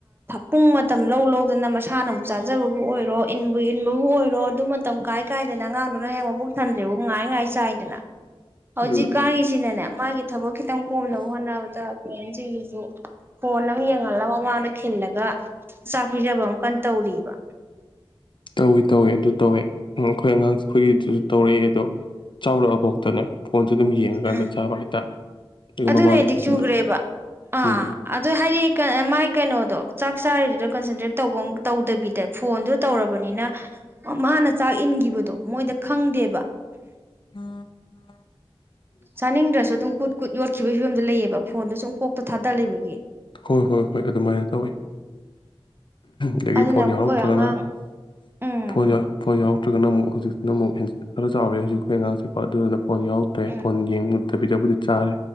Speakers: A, on the right (about 25°); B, on the left (about 55°).
A: ꯄꯨꯡ ꯃꯇꯝ ꯂꯧ ꯂꯧꯗꯅ ꯃꯁꯥꯅ ꯑꯃꯨꯛ ꯆꯥꯖꯕꯕꯨ ꯑꯣꯏꯔꯣ ꯏꯟꯕꯨ ꯏꯟꯕꯕꯨ ꯑꯣꯏꯔꯣ ꯑꯗꯨ ꯃꯇꯝ ꯀꯥꯏ ꯀꯥꯏꯗꯅ ꯑꯉꯥꯡꯗꯨꯅ ꯍꯦꯛ ꯃꯕꯨꯛ ꯊꯟꯗ꯭ꯦ ꯉꯥꯏ ꯉꯥꯏ ꯆꯥꯏꯗꯅ ꯍꯧꯖꯤ
B: ꯎꯝ ꯎꯝ
A: ꯀꯥꯉꯁꯤ ꯅꯅꯦꯅ ꯃꯥꯒꯤ ꯊꯕꯛ ꯈꯤꯇꯪ ꯀꯣꯝꯅꯕ ꯍꯣꯠꯅꯕꯗ ꯄꯦꯔꯦꯟꯁꯤꯡꯁꯤꯁꯨ ꯍꯅ ꯃꯤ ꯌꯦꯒꯜꯂ ꯋꯥꯃ ꯊꯈꯤꯜꯂꯒ ꯆꯥꯛ ꯄꯤꯖꯕ ꯑꯃꯛ ꯀꯟꯅ ꯇꯧꯔꯤꯕ
B: ꯇꯧꯏꯤ ꯇꯧꯏꯤ ꯑꯗꯨ ꯇꯧꯋꯦ ꯑꯩꯈꯣꯏ ꯑꯉꯥꯡꯁꯦ ꯑꯩꯈꯣꯏꯒꯤꯗꯨꯁꯨ ꯇꯧꯔꯛꯑꯦ ꯑꯗꯨꯣ ꯆꯥꯎꯔꯛꯑꯐꯥꯎꯗꯅꯦ ꯐꯣꯟꯁꯨ ꯑꯗꯨꯝ ꯌꯦꯡꯉꯀꯥꯟꯗ
A: ꯎꯝ
B: ꯆꯥꯕ ꯍꯥꯏꯇꯥꯔꯦ ꯑꯗꯨꯒ
A: ꯑꯗꯨꯅ
B: ꯃ ꯃꯥꯥꯅ
A: ꯑꯦꯗꯤꯛ
B: ꯏꯟꯕ
A: ꯆꯨꯈ꯭ꯔꯦꯕ ꯑꯥ
B: ꯎꯝ
A: ꯑꯗꯣ ꯍꯥꯏꯗꯤ ꯃꯥꯏ ꯀꯩꯅꯣꯗꯣ ꯆꯥꯛ ꯆꯥꯔꯤꯗꯨꯗ ꯀꯟꯁꯦꯟꯇ꯭ꯔꯦꯠ ꯇꯧꯕ ꯇꯧꯗꯕꯤꯗ ꯐꯣꯟꯗꯨ ꯇꯧꯔꯕꯅꯤꯅ ꯃꯥꯅ ꯆꯥꯛ ꯏꯟꯈꯤꯕꯗꯣ ꯃꯣꯏꯗ ꯈꯪꯗꯦꯕ
B: ꯑ ꯑ
A: ꯆꯥꯅꯤꯡꯗ꯭ꯔꯁꯨ ꯑꯗꯨꯝ ꯀꯨꯠ ꯀꯨꯠ ꯌꯣꯠꯈꯤꯕ ꯐꯤꯕꯝ ꯂꯩꯌꯦꯕ ꯐꯣꯟꯗ ꯁꯨꯝ ꯀꯣꯛꯇ ꯊꯥꯗ ꯂꯩꯕꯒꯤ
B: ꯍꯣꯏ ꯍꯣꯏ ꯍꯣꯏ ꯑꯗꯨꯃꯥꯏꯅ ꯇꯧꯋꯤ ꯑꯗꯒꯤ
A: ꯑꯗꯨꯅ
B: ꯐꯣꯟ
A: ꯑꯩꯈꯣꯏ
B: ꯌꯥꯎꯔꯛꯇ꯭ꯔꯒꯅ
A: ꯑꯉꯥꯡ ꯎꯝ
B: ꯐꯣꯟ ꯐꯣꯟ ꯌꯥꯎꯔ ꯅꯠꯇ꯭ꯔꯒꯅ ꯑꯃꯨꯛ ꯍꯧꯖꯤꯁꯤꯅ ꯑꯃꯨꯛ ꯍꯦꯟꯟ ꯈ ꯆꯥꯎꯔꯦ ꯍꯧꯖꯤꯛ ꯑꯩꯈꯣꯏ ꯑꯉꯥꯡꯦꯣ ꯑꯗꯨꯗꯨꯅ ꯐꯣꯟ ꯌꯥꯎꯗꯦ
A: ꯎꯝ
B: ꯐꯣꯟ ꯌꯦꯡꯕꯤꯗ ꯆꯥꯔꯦ